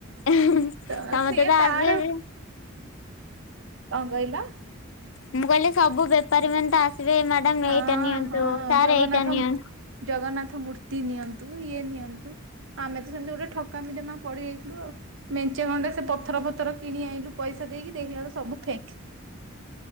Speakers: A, on the left; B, on the right.
A: ସମତେ
B: ତ ସିଏ
A: ତ
B: ତାର
A: ଆସିବେ ଯେ
B: ଅଁ କହିଲ?
A: ମୁଁ କହିଲି ସବୁ ବେପାରୀ ମାନେ ତ ଆସିବେ ମ୍ୟାଡାମ୍
B: ହଁ
A: ଏଇଟା ନିଅନ୍ତୁ
B: ହଁ
A: ସାର୍
B: ଜଗନ୍ନାଥ
A: ଏଇଟା ନିଅ
B: ଜଗନ୍ନାଥ ମୂର୍ତ୍ତି ନିଅନ୍ତୁ ଇଏ ନିଅନ୍ତୁ। ଆମେ ତ ସେମିତି ଗୋଟେ ଠକାମିରେ ମା ପଡିଯାଇଥିଲୁ ଆଉ। ମେଞ୍ଚେ ଖଣ୍ଡେ ସେ ପଥର ଫଥର କିଣି ଆଇଁଲୁ ପଇସା ଦେଇକି ଦେଖିଲା ବଳୁ ସବୁ ଫେକ୍।